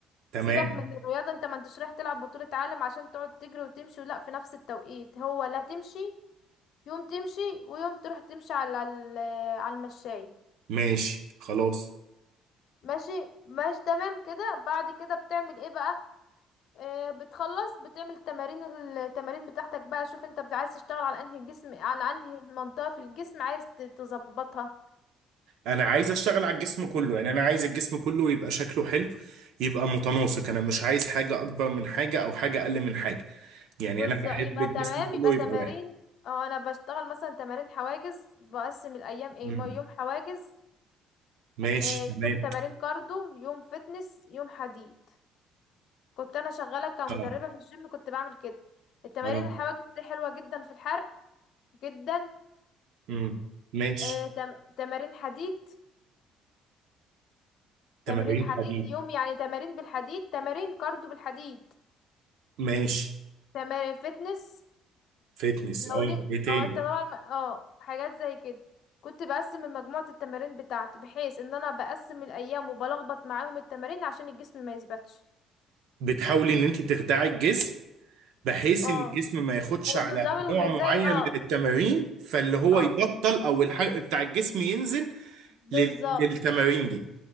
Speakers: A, on the right; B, on the left.
A: تمام
B: سيبك من الرياضة انت ما انتش رايح تلعب بطولة عالم عشان تقعد تجري وتمشي لا في نفس التوقيت هو لا تمشي يوم تمشي ويوم تروح تمشي على ال- على المشاية
A: ماشي خلاص
B: ماشي ماشي تمام كده بعد كده بتعمل ايه بقى آه بتخلص بتعمل تمارين التمارين بتاعتك بقى شوف انت بت- عايز تشتغل على انهي الجسم على انهي منطقة في الجسم عايز ت- تظبطها
A: انا عايز اشتغل على الجسم كله يعني انا عايز الجسم كله يبقى شكله حلو يبقى متناسق انا مش عايز حاجة اكبر من حاجة او حاجة اقل من حاجة يعني
B: بالظبط
A: انا بحب
B: يبقى
A: الجسم
B: تمام
A: كله
B: يبقى
A: يبقى
B: تمارين
A: واحد
B: او انا بشتغل مثلا تمارين حواجز بقسم الايام ايه
A: امم
B: م- يوم حواجز
A: ماشي
B: آه
A: تمام
B: يوم تمارين كاردو يوم فتنس يوم حديد كنت انا شغالة كمدربة
A: اه
B: في الجيم كنت بعمل كده التمارين
A: اه
B: الحواجز دي حلوة جدا في الحرق جدا
A: امم ماشي
B: آه، تم... تمارين حديد
A: تمارين
B: تمرين حديد
A: حديد
B: يوم يعني تمارين بالحديد تمارين كاردو بالحديد
A: ماشي
B: تمارين فتنس
A: فتنس
B: لو
A: اه
B: لي
A: ايه تاني
B: اه انت طبعا ما- اه حاجات زي كده كنت بقسم مجموعة التمارين بتاعتي بحيث ان انا بقسم الايام وبلخبط معاهم التمارين عشان الجسم ما يثبتش
A: بتحاولي ان انت تخدعي الجسم بحيث
B: اه
A: ان الجسم ما ياخدش
B: والنظام
A: على
B: الغذائي
A: نوع معين
B: اه
A: من التمارين فاللي هو
B: اه
A: يبطل او الحرق بتاع الجسم ينزل
B: بالظبط
A: لل- للتمارين دي